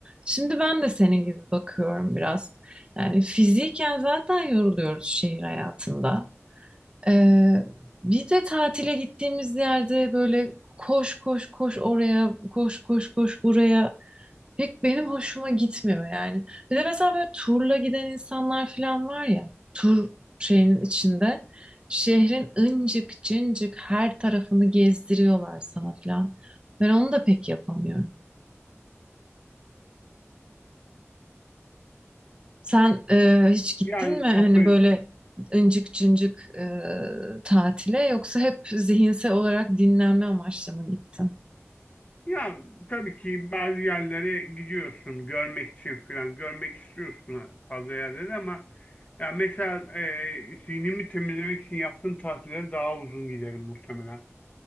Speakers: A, on the right (about 20°); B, on the left (about 30°).
A: şimdi ben de senin gibi bakıyorum biraz. Yani fiziken zaten yoruluyoruz şehir hayatında. Ee, bir de tatile gittiğimiz yerde böyle koş koş koş oraya koş koş koş buraya pek benim hoşuma gitmiyor yani. Bir de mesela böyle turla giden insanlar falan var ya, tur şeyinin içinde şehrin ıncık cıncık her tarafını gezdiriyorlar sana falan. Ben onu da pek yapamıyorum. Sen e, hiç gittin
B: Yani
A: mi hani
B: kafa
A: böyle ıncık cıncık e, tatile yoksa hep zihinsel olarak dinlenme amaçlı mı gittin?
B: Ya tabii ki bazı yerlere gidiyorsun görmek için falan. Görmek istiyorsun fazla yerleri ama ya mesela e, zihnimi temizlemek için yaptığım tatiller daha uzun giderim muhtemelen.